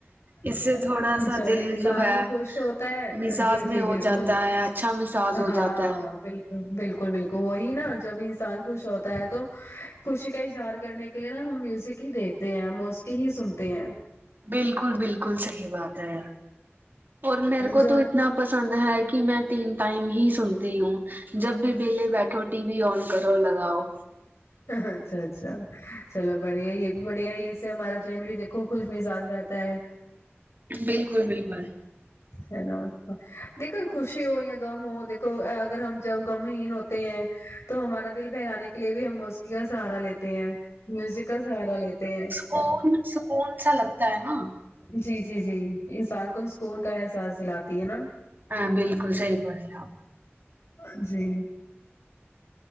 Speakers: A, on the right; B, on the left.
A: اس
B: ہے
A: سے تھوڑا
B: نا
A: سا
B: جب
A: دل
B: انسان
A: جو ہے
B: خوش ہوتا ہے
A: مساس
B: جی جی
A: میں ہو
B: بالکل
A: جاتا ہے اچھا مساس ہو
B: ہاں
A: جاتا ہے
B: بالکل بالکل بالکل وہی نا جب انسان خوش ہوتا ہے تو خوشی کا اظہار کرنے کے کے لیے نا ہم میوزک ہی دیکھتے ہیں موسکی ہی سنتے ہیں
A: بالکل بالکل صحیح بات ہے اور میر کو
B: جو
A: تو اتنا پسند ہے کی میں تین ٹائم ہی سنتی ہوں جب بھی وہلے بیٹھو ٹی وی آن کرو لگاؤ
B: اچھا اچھا چلو بڑھیا یے بھی بڑھیا ہے اس سے ہمارا چین بھی دیکھو خوش مساس رہتا ہے
A: بالکل بالکل
B: ہے نا دیکھو خوشی ہو یا غم ہو دیکھو اگر ہم جب گم ہین ہو تے ہیں تو ہمارا دل بھیلانے کے لیے بھی ہم موسیکی کا سہارا لیتے ہیں میوزک کا سہارا لیتے ہیں
A: کون سکون سا لگتا ہے نا
B: جی جی جی انسان کو سکون کا احساس دلاتی ہے نا
A: ہاں بالکل صحیح بولے آپ
B: آ جی